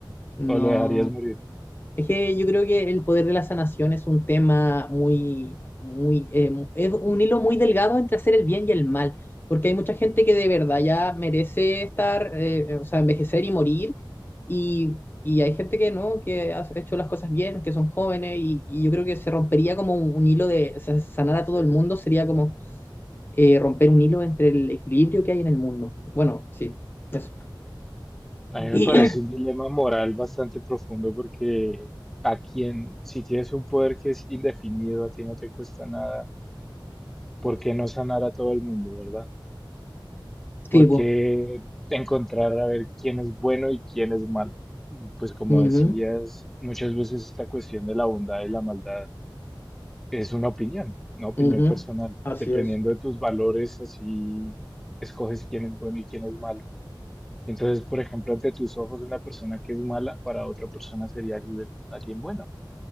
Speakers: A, on the left; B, in the centre.
A: No.
B: o lo dejarías morir?
A: Es que yo creo que el poder de la sanación es un tema muy, muy, eh, es un hilo muy delgado entre hacer el bien y el mal, porque hay mucha gente que de verdad ya merece estar, eh, eh, o sea, envejecer y morir, y, y hay gente que no, que ha hecho las cosas bien, que son jóvenes, y, y yo creo que se rompería como un, un hilo de, o sea, sanar a todo el mundo sería como eh, romper un hilo entre el equilibrio que hay en el mundo. Bueno, sí, eso.
B: A mí me
A: Y,
B: parece
A: <clears throat>
B: un dilema moral bastante profundo porque a quien, si tienes un poder que es indefinido, a ti no te cuesta nada, ¿por qué no sanar a todo el mundo, verdad? ¿Por
A: sí, pues.
B: qué encontrar a ver quién es bueno y quién es malo? Y pues como
A: ujú,
B: decías, muchas veces esta cuestión de la bondad y la maldad es una opinión, una opinión
A: ujú,
B: personal.
A: Así
B: Dependiendo
A: es.
B: de tus valores, así escoges quién es bueno y quién es malo. Entonces, por ejemplo, ante tus ojos una persona que es mala para otra persona sería alguien, alguien bueno